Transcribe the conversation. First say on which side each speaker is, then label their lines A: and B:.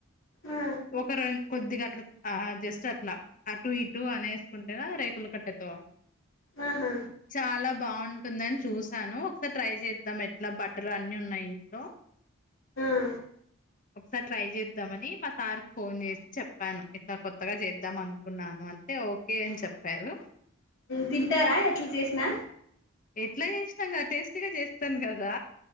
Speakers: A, on the left; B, on the left.
A: ఆ
B: ఒక రజ కొద్దిగా అట్లా ఆ జస్ట్ అట్లా అటు ఇటు అనే వసుకుంటే రేకులు కట్టేత
A: ఆహా
B: చాలా బాగుంటుందని చూసాను ఒక్కసార్ ట్రై చేద్దాం ఎట్లా బటర్ అన్ని ఉన్నాయి ఇంట్లో
A: ఆ
B: ఒకసారి ట్రై చేద్దామని మా సార్కి ఫోన్ చేసి చెప్పాను ఇట్లా కొత్తగా చేద్దాం అనుకున్నాను అంతే ఓకే అని చెప్పారు
A: తింటారా ఎట్లా చేసినా
B: ఎట్లా చేసినాం కదా టేస్టీగా చేస్తాను కదా